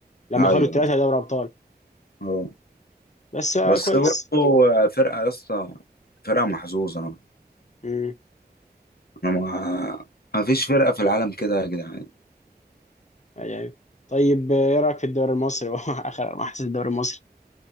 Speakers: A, on the left (about 45°); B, on the left (about 65°).
A: لما
B: ايوه
A: خدوا الثلاثه دوري ابطال
B: اه
A: بس آه،
B: بس
A: كويس
B: برضه فرقه يا اسطى فرقه محظوظه انا
A: امم
B: ما ما فيش فرقه في العالم كده يا جدعان
A: يعني طيب آه، ايه رايك في الدوري المصري <laughs> هو اخر ما حسيت الدوري المصري